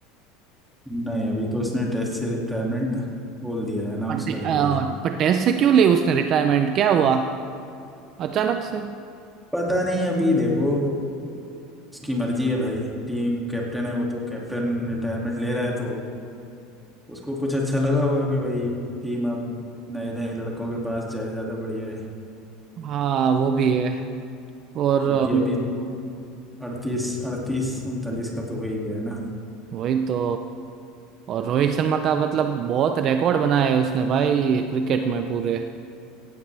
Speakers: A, in the centre; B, on the right.
A: नहीं अभी तो उसने टेस्ट से रिटायरमेंट बोल दिया है अनाउंस
B: पर
A: कर
B: टे- अ,
A: दिया है
B: पर टेस्ट से क्यों ली उसने रिटायरमेंट क्या हुआ अचानक से
A: पता नहीं अभी देखो उसकी मर्जी है भाई टीम कैप्टन है वो तो कैप्टन रिटायरमेंट ले रहा है तो उसको कुछ अच्छा लगा होगा कि भाई टीम अब नए नए लड़कों के पास जाए ज़्यादा बढ़िया है
B: हाँ वो भी है और
A: क्योंकि
B: अ,
A: अभी तो अड़तीस अड़तीस उनतालीस का तो हो ही गया है ना
B: वही तो और रोहित शर्मा का मतलब बहुत रिकॉर्ड बनाया है उसने भाई क्रिकेट में पूरे